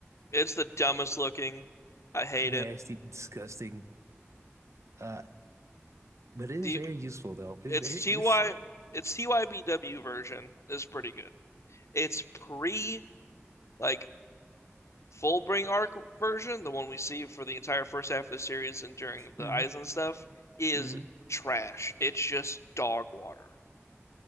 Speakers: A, on the left; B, on the right.
A: It's the dumbest looking. I hate
B: Nasty,
A: it.
B: disgusting. Uh, but it is
A: The
B: very useful though. It's very
A: it's
B: useful.
A: TY it's TYBW version is pretty good. It's pre like Fullbring arc version, the one we see for the entire first half of the series and during the
B: Mm-hmm.
A: Eisen stuff, is
B: Mm-hmm.
A: trash. It's just dog water.